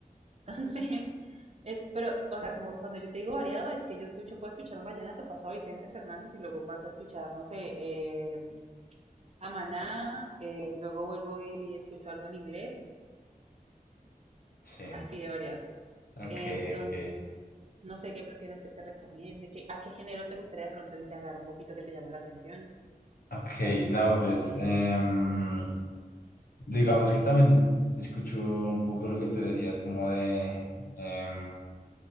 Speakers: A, on the right (about 45°); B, on the left (about 75°).
A: <laughs> Entonces, es, pero, o sea, como cuando yo te digo variado, es que yo escucho, puedo escuchar un vallenato, paso a Vicente Fernández y luego paso a escuchar, no sé, eh, a Maná, eh, luego vuelvo y escucho algo en inglés,
B: Sí.
A: así de variado.
B: Ok,
A: Entonces,
B: ok.
A: no sé qué prefieras que te recomiende, que, a qué género te gustaría de pronto indagar un poquito que te llame la atención.
B: Ok, no, pues em, digamos que también escucho un poco lo que tú decías, como de em,